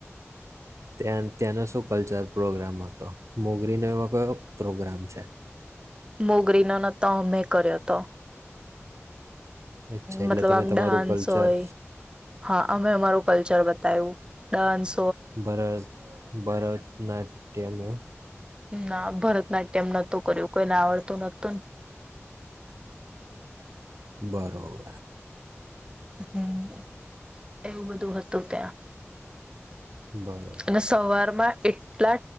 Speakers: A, on the right; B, on the right.
A: ત્યા ત્યાંનો શું કલ્ચર પ્રોગ્રામ હતો, મોગરીનો એવો કયો પ્રોગ્રામ છે
B: મોગરીનો ન તો અમે કર્યો તો
A: અચ્છા એટલે
B: મતલબ
A: તમે
B: આમ
A: તમારું
B: ડાન્સ
A: કલ્ચર
B: હોય હા, અમે અમારુ કલ્ચર બતાયું ડાસ
A: ભરત, ભરતનાટ્યમ એવું
B: ના ભરતનાટ્યમ નતું કર્યું, કોઈને આવડતું નતુંને
A: બરોબર
B: હમ, એવું બધું હતું ત્યાં
A: બરોબર
B: અને સવાર માં એટલા